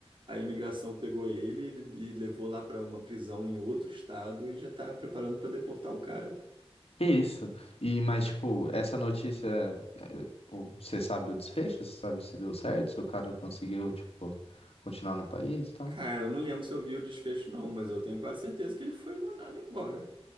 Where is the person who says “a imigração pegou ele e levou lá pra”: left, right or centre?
Right